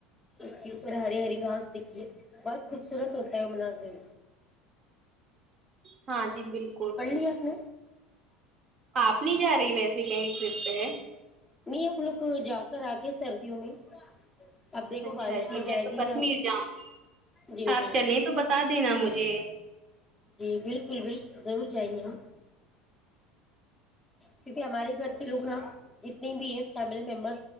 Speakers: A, in the centre; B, on the right.
A: اس کے اوپر ہری ہری گھاس دکھتی ہے بہت خوبصورت ہوتا ہے وہ مناظر
B: ہاں جی بالکل
A: پڑلیی اپ نے
B: آپ نہیں جا رہی ویسے کہیں ٹرپ پہ
A: نہیں ہم لوگ جا کر آگے سردیوں میں اب دیکھو
B: اچھا
A: بارش
B: جی
A: جائے
B: میں تو
A: گی
B: کشمیر
A: کیا
B: جاؤں
A: جی
B: آپ
A: جی
B: چلیں تو بتا دینا مجھے
A: جی بالکل بالکل ضرور جائیں گے ہم کیونکہ ہماری گھر لوگ نا جتنی بھی ہے فیملی ممبر